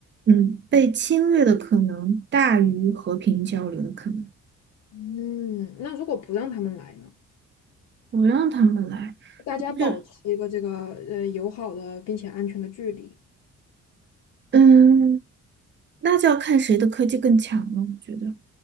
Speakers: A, on the right (about 40°); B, on the left (about 60°).
A: 嗯，被侵略的可能大于和平交流的可能，
B: 嗯，那如果不让他们来呢？
A: 不让他们来，
B: 大家保持一个这个呃友好的并且安全的距离。
A: 就，嗯，那就要看谁的科技更强了，我觉得。